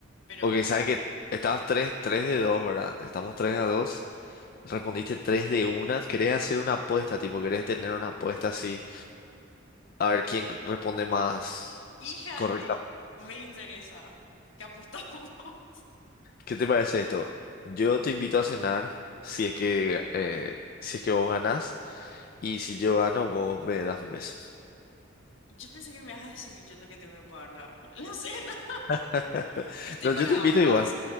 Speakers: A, on the left (about 65°); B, on the left (about 45°).
A: Pero,
B: Ok, sabes que estabas 3. 3 de 2, ¿verdad? Estamos 3 a 2. Respondiste 3 de una. ¿Querés hacer una apuesta, tipo, querés tener una apuesta así? A ver quién responde más
A: hija
B: correctamente.
A: de mil, me interesa. ¿Qué apostamos? <laughs>
B: ¿Qué te parece esto? Yo te invito a cenar si es que eh, si es que vos ganás y si yo gano vos me das un beso.
A: Yo pensé que me ibas a decir que yo es lo que tengo que pagar la, la cena.
B: <laughs>
A: <laughs> Estoy
B: No,
A: para
B: yo te invito
A: ambas.
B: igual.